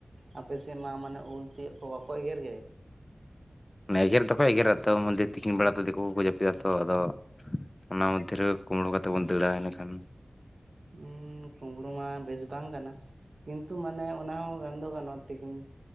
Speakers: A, on the right; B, on the left.
A: ᱟᱯᱮ ᱥᱮᱜ ᱢᱟ ᱢᱟᱱᱮ ᱩᱞ ᱛᱤᱭᱳᱜ ᱠᱚ ᱵᱟᱠᱚ ᱮᱜᱮᱨ ᱜᱮ
B: ᱢᱟᱱᱮ ᱮᱜᱮᱨ ᱫᱚᱠᱚ ᱮᱜᱮᱨᱟ ᱛᱟᱹᱣ ᱢᱚᱫᱽᱫᱷᱮ ᱛᱤᱠᱤᱱ ᱵᱮᱲᱟ ᱫᱚ ᱫᱤᱠᱩ ᱠᱚᱠᱚ ᱡᱟᱹᱯᱤᱫᱟ ᱛᱚ ᱟᱫᱚ ᱚᱱᱟ ᱢᱚᱫᱽᱫᱷᱮ ᱨᱮ ᱠᱩᱢᱲᱳ ᱠᱟᱛᱮ ᱵᱚᱱ ᱫᱟᱹᱲᱟ ᱤᱱᱟᱹᱠᱷᱟᱱ᱾
A: ᱩᱸ ᱠᱩᱵᱽᱲᱩ ᱢᱟ ᱵᱮᱥ ᱵᱟᱝ ᱠᱟᱱᱟ ᱠᱤᱱᱛᱩ ᱢᱟᱱᱮ ᱚᱱᱟ ᱦᱚᱸ ᱜᱟᱱ ᱫᱚ ᱜᱟᱱᱚᱜᱼᱟ ᱛᱮᱦᱤᱱ